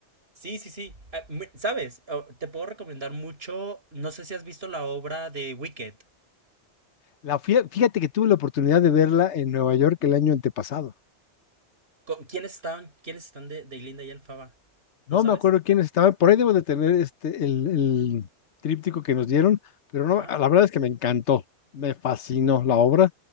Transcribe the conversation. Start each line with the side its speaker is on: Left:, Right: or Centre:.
Right: Sí, sí, sí. Ah, mu- ¿Sabes? Oh, Te puedo recomendar mucho. No sé si has visto la obra de Wicked.
Left: La, fie- fíjate que tuve la oportunidad de verla en Nueva York el año antepasado.
Right: Co- ¿Quiénes están? ¿Quiénes están de, de Glinda y Elfaba?
Left: No
Right: ¿No sabes?
Left: me acuerdo quiénes estaban. Por ahí debo de tener este, el, el tríptico que nos dieron, pero no,
Right: Ajá.
Left: la verdad es que me encantó, me fascinó la obra.